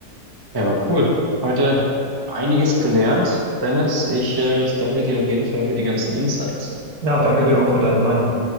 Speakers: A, on the right (about 25°); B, on the right (about 60°).
A: ja, aber cool. Heute einiges gelernt, Dennis. Ich, äh, ich danke dir auf jeden Fall für die ganzen Insights.
B: Ja, danke dir auch für deine Meinung.